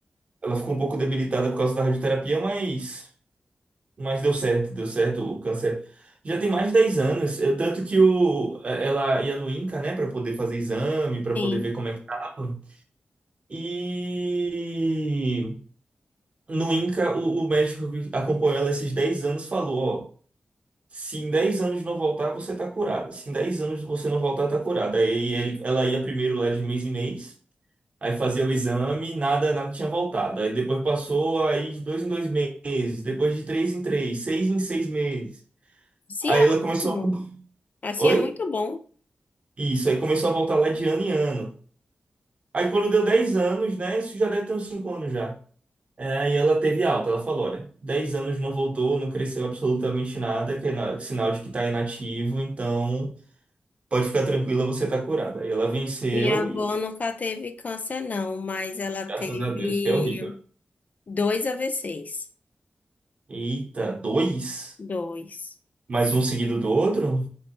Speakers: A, on the right (about 40°); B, on the left (about 50°).
A: Ela ficou um pouco debilitada por causa da radioterapia, mas, mas deu certo, deu certo o câncer. Já tem mais de 10 anos, eh, tanto que o, eh, ela ia no INCA, né, para poder fazer exame, para
B: Sim,
A: poder ver como é que tava. E no INCA, o, o médico que acompanhou ela esses 10 anos falou, ó, se em 10 anos não voltar, você tá curada. Se em 10 anos você não voltar, tá curada. Aí ele- ela ia primeiro lá de mês em mês. Aí fazia o exame, nada, nada tinha voltado. Aí depois passou, aí de dois em dois meses, depois de três em três, seis em seis meses.
B: sim,
A: Aí
B: é
A: ela começou.
B: ótimo. Assim
A: Oi?
B: é muito bom.
A: Isso, aí começou a voltar lá de ano em ano. Aí quando deu 10 anos, né? Isso já deve ter uns 5 anos já. É, Aí ela teve alta, ela falou: olha, 10 anos não voltou, não cresceu absolutamente nada, que é na- sinal de que tá inativo, então pode ficar tranquila, você tá curada. Aí ela venceu
B: Minha avó
A: e aí,
B: nunca teve câncer, não, mas ela
A: graças
B: teve
A: a Deus, que é horrível.
B: dois AVCs.
A: Eita, dois?
B: Dois.
A: Mais um seguido do outro?